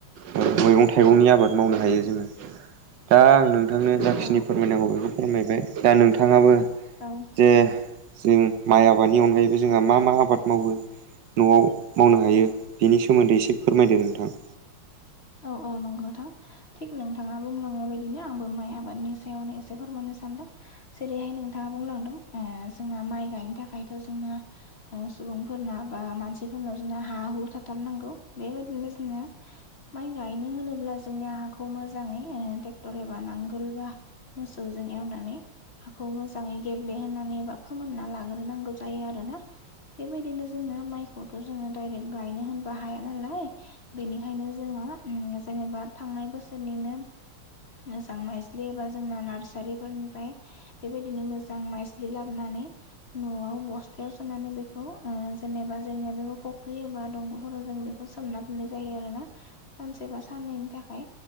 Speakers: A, on the right; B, on the left.
A: मैगं थाइगंनि आबाद मावनो हायो जोङो दा आं नोंथांनो
B: औ
A: जाखिनि
B: औ
A: फोरमायनांगौ बेखौ फोरमायबाय दा नोंथाङाबो
B: औ
A: जे जों माइ आबादनि अनगायैबो जोंहा मा मा आबाद मावो न'आव मावनो हायो बिनि सोमोन्दै एसे फोरमायदो नोंथां
B: औ औ नंगौ नोंथां थिग नोंथाङा बुंलांनाय बायदिनो आंबो माइ आबादनि सायावनो एसे फोरमनो सानदों जेरैहाय नोंथाङा बुंलांदों आ जोंना माइ गायनो थाखाय द' जोंना थां सुबुंफोरना बा मानसिफोरनाव जोंनो हा हु थाथारनांगौ बेबायदिनो जोंना माइ गायनो होनोब्ला जोंनिया हाखौ मोजाङै आ ट्रेक्टर एबा नांगोलबा मोसौजों एवनानै हाखौ मोजाङै गेब्लेहोनानै एबा फोमोनना लाग्रोनांगौ जायो आरोना बेबायदिनो जोंना माइखौथ जोङो डायरेक गायनो होनब हाया नालाय बेनिखायनो जोङो उम जेनेबा थांनाय बोसोरनिनो मोजां माइस्लि एबा जोंना नार्सारिफोरनिफ्राय बेबायदिनो मोजां माइस्लि लाबोनानै न'आव बस्थायाव सोनानै बेखौ ओ जेनेबा जोंनिया बेखौ फख्रियोबा दंग'फोराव जों बे खौ सोमना दोननाय जायो आरो ना सानसे बा साननैनि थाखाय